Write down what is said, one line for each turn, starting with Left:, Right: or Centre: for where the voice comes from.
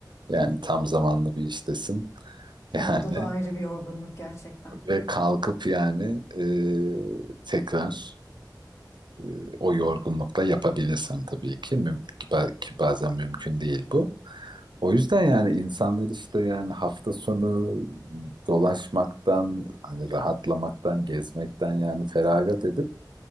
Right: Yani tam zamanlı bir iştesin. <laughs> Yani
Left: Evet o da ayrı bir yorgunluk gerçekten.
Right: ve kalkıp yani e, tekrar E, O yorgunlukla yapabilirsin tabii ki. Müm- ba- ki bazen mümkün değil bu. O yüzden yani insanlar işte yani hafta sonu dolaşmaktan, hani rahatlamaktan, gezmekten yani feragat edip